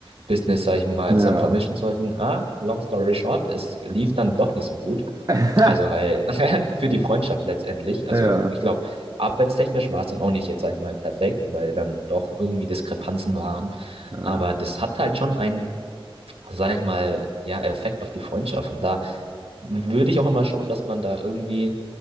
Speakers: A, on the right; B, on the right.
A: Business, sag ich mal,
B: naja.
A: zusammen vermischen sollten. Ah, long story short, es lief dann doch nicht so gut.
B: <laughs>
A: Also halt <laughs> für die Freundschaft letztendlich. Also
B: Ja,
A: ich glaube, arbeitstechnisch war es dann auch nicht jetzt, sag ich mal, perfekt, weil dann doch irgendwie Diskrepanzen waren.
B: ja.
A: Aber das hat halt schon einen, sag ich mal, ja, Effekt auf die Freundschaft. Und da würde ich auch immer schauen, dass man da irgendwie,